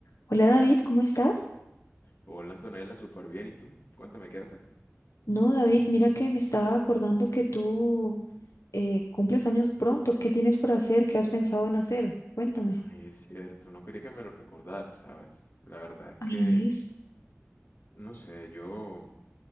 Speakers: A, on the left; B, on the left.
A: Hola David, ¿cómo estás?
B: Hola Antonella, súper bien. ¿Y tú? Cuéntame qué haces.
A: No, David, mira que me estaba acordando que tú eh, cumples años pronto. ¿Qué tienes por hacer? ¿Qué has pensado en hacer? Cuéntame.
B: Ay, es cierto, no quería que me lo recordaras, ¿sabes? La verdad es
A: Ahí
B: que,
A: es,
B: no sé, yo